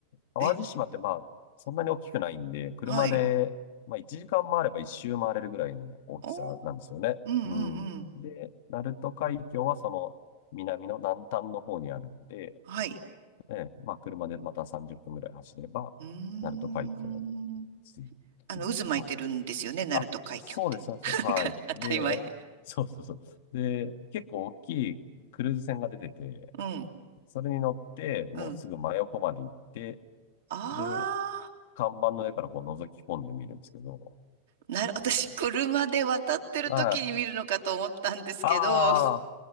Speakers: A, on the left; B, on the right.
A: 淡路島ってまあ、
B: え、
A: そんなに大きくないんで、車で、
B: はい。
A: まあ1時間回れば一周回れるぐらいの大きさなんですよね。
B: お、うん、うん、
A: うん。
B: うん。
A: で、鳴門海峡はその南の南端の方にあるんで、
B: はい。
A: ええ、まあ車でまた30分ぐらい走れば、
B: うーん。
A: 鳴門海峡に着いてって感じ。
B: あの、渦巻いてるんですよね、鳴門海峡って。
A: あ、そうです、そうです。
B: <laughs>
A: はい。
B: なんか、当たり前。
A: で、そうそうそう。で、結構大きいクルーズ船が出てて、
B: うん、
A: それに乗って、もうすぐ真横まで行って、
B: うん。ああ、
A: で、看板の上からこう覗き込んでみるんですけど、
B: なる、
A: うん
B: <laughs> 私、車で渡ってる時に見るのかと思ったんですけど、
A: はい。ああ、